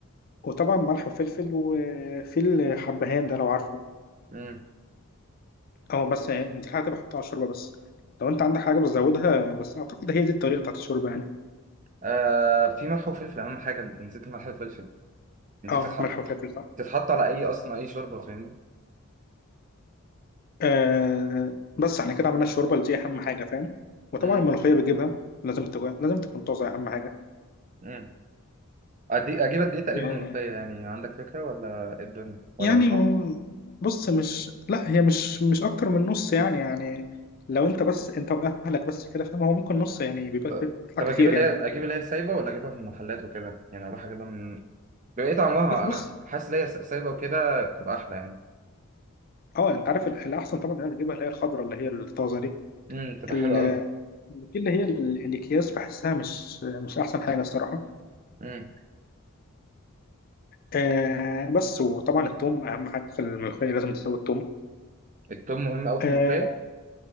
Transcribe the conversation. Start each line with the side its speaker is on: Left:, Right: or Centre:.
Left: وطبعا ملح وفلفل وفي الحبهان ده لو عارفه
Right: امم
Left: اه بس يعني انت حاجة بحطها على الشوربة بس لو انت عندك حاجة بتزودها بس أعتقد هي دي الطريقة بتاعت الشوربة يعني
Right: آه في ملح وفلفل اهم حاجة انت نسيت الملح والفلفل دي
Left: اه
Right: بتتحط
Left: ملح وفلفل صح
Right: بتتحط على اي اصلا اي شوربة فاهمني
Left: آه بس احنا كده عملنا الشوربة اللي دي أهم حاجة فاهم وطبعا
Right: امم
Left: الملوخية بتجيبها لازم تكون لازم تكون طازة أهم
Right: امم أدي... اجيب قد ايه تقريبا
Left: حاجة
Right: ملوخية يعني عندك فكرة ولا إيه الدنيا ولا
Left: يعني
Right: بالحب
Left: م- بص مش لا هي مش مش اكتر من نص يعني يعني لو انت بس انت واهلك بس كده فاهم هو ممكن نص يعني بيبقى
Right: طب
Left: بيطلع
Right: طب
Left: كتير
Right: اجيب اللي
Left: يعني
Right: هي اجيب اللي هي سايبة ولا اجيبها من المحلات وكده يعني اروح اجيبها من بيبقى ايه طعمها
Left: لا بص
Right: انا حاسس ان هي سايبة وكده بتبقى احلى يعني
Left: اه انت عارف ال- الاحسن طبعا انك تجيبها اللي هي الخضراء اللي هي الطازه دي
Right: امم بتبقى
Left: ال-
Right: حلوة قوي
Left: اللي هي ال- الاكياس بحسها مش مش احسن حاجه الصراحه
Right: امم
Left: آه بس وطبعا التوم اهم حاجه في الملوخيه لازم تسوي التوم
Right: التوم مهم قوي في
Left: اه
Right: الملوخية